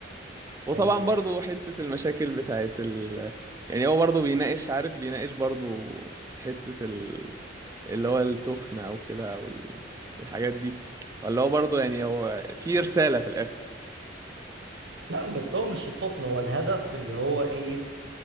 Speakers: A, on the right; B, on the right.
A: وطبعا
B: ايوه
A: برضو حتة المشاكل بتاعت ال يعني هو برضو بيناقش عارف بيناقش برضو حتة ال... اللي هو التخن أو كده أو ال... الحاجات دي فاللي هو برضو يعني هو في رسالة في الآخر
B: لا بس هو مش التقن هو الهدف اللي هو ايه